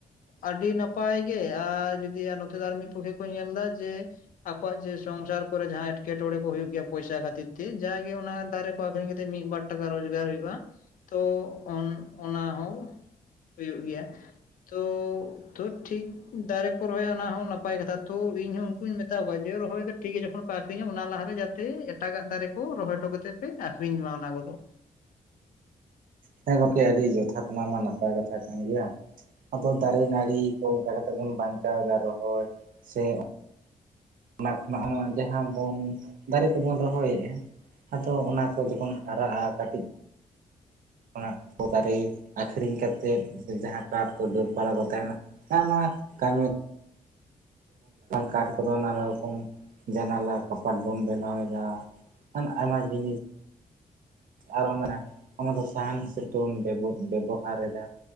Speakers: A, on the left; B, on the right.
A: ᱟᱹᱰᱤ ᱱᱟᱯᱟᱭ ᱜᱮ ᱟᱨ ᱡᱩᱫᱤ ᱱᱚᱛᱮ ᱫᱚ ᱟᱨ ᱢᱤᱫ ᱯᱚᱠᱠᱷᱮ ᱠᱚ ᱧᱮᱞ ᱮᱫᱟ ᱡᱮ ᱟᱠᱚᱣᱟᱜ ᱡᱮ ᱥᱚᱝᱥᱟᱨ ᱠᱚᱨᱮ ᱡᱟᱦᱟᱸ ᱮᱴᱠᱮᱴᱚᱬᱮ ᱠᱚ ᱦᱩᱭᱩᱜ ᱜᱮᱭᱟ ᱯᱚᱭᱥᱟ ᱠᱷᱟᱹᱛᱤᱨ ᱛᱮ ᱡᱟᱜᱮ ᱚᱱᱟ ᱫᱟᱨᱮ ᱟᱹᱠᱷᱨᱤᱧᱟ ᱠᱟᱛᱮ ᱢᱤᱫ ᱵᱟᱨ ᱴᱟᱠᱟ ᱨᱳᱡᱽᱜᱟᱨ ᱦᱩᱭᱩᱜ-ᱟ ᱛᱚ ᱚᱱᱟ ᱦᱚᱸ ᱦᱩᱭᱩᱜ ᱜᱮᱭᱟ ᱛᱚ ᱛᱚ ᱴᱷᱤᱠ ᱫᱟᱨᱮ ᱠᱚ ᱨᱚᱦᱚᱭᱟ ᱚᱱᱟ ᱦᱚᱸ ᱱᱟᱯᱟᱭ ᱠᱟᱛᱷᱟ ᱛᱚ ᱤᱧ ᱦᱚᱸ ᱩᱱᱠᱩᱧ ᱢᱮᱛᱟ ᱠᱚᱣᱟ ᱡᱮ ᱨᱚᱦᱚᱭ ᱫᱚ ᱴᱷᱤᱠ ᱜᱮ ᱡᱚᱠᱷᱚᱱ ᱯᱮ ᱟᱹᱠᱷᱨᱤᱧᱟ ᱚᱱᱟ ᱞᱟᱦᱟᱨᱮ ᱡᱟᱛᱮ ᱮᱴᱟᱜᱟᱜ ᱫᱟᱨᱮ ᱠᱚ ᱨᱚᱦᱚᱭ ᱦᱚᱴᱚ ᱠᱟᱛᱮᱫ ᱯᱮ ᱟᱹᱠᱷᱨᱤᱧ ᱢᱟ ᱚᱱᱟ ᱠᱚᱫᱚ᱾
B: ᱦᱮᱸ ᱜᱚᱢᱠᱮ ᱟᱹᱰᱤ ᱡᱚᱛᱷᱟᱛ ᱢᱟ ᱱᱟᱯᱟᱭ ᱠᱟᱛᱷᱟ ᱠᱟᱱ ᱜᱮᱭᱟ ᱟᱫᱚ ᱫᱟᱨᱮ, ᱱᱟᱹᱲᱤ, ᱚᱱᱠᱟ ᱠᱟᱛᱮ ᱵᱚᱱ ᱵᱟᱧᱪᱟᱣ ᱮᱫᱟ ᱨᱚᱦᱚᱭ ᱥᱮ ᱚᱱᱟ ᱠᱷᱚᱱᱟᱜ ᱡᱟᱦᱟᱸ ᱵᱚᱱ ᱫᱟᱨᱮ ᱠᱚᱵᱚᱱ ᱨᱚᱦᱚᱭᱮᱫ-ᱟ ᱟᱫᱚ ᱚᱱᱟ ᱠᱚ ᱡᱚᱠᱷᱚᱱ ᱦᱟᱨᱟᱜ-ᱟ ᱠᱟᱹᱴᱤᱡ ᱚᱱᱟ ᱠᱚ ᱫᱟᱨ ᱨᱮ ᱟᱠᱷᱨᱤᱧ ᱠᱟᱛᱮᱫ ᱡᱟᱦᱟᱸ ᱠᱟᱴ ᱠᱚ ᱰᱟᱹᱨ ᱵᱟᱲᱟ ᱠᱚ ᱛᱟᱦᱮᱱᱟ ᱟᱭᱢᱟ ᱠᱟᱹᱢᱤ ᱠᱟᱴ ᱠᱚᱫᱚ ᱱᱟᱱᱟ ᱨᱚᱠᱚᱢ ᱡᱟᱱᱟᱞᱟ ᱠᱟᱯᱟᱴ ᱵᱚᱱ ᱵᱮᱱᱟᱣ ᱮᱫᱟ ᱟᱨ ᱟᱭᱢᱟ ᱡᱤᱱᱤᱥ ᱟᱨ ᱚᱱᱟ ᱚᱱᱟ ᱫᱚ ᱥᱟᱦᱟᱱ ᱦᱤᱥᱟᱹᱵ ᱛᱮᱵᱚᱱ ᱵᱮᱵᱚᱦᱟᱨ ᱮᱫᱟ᱾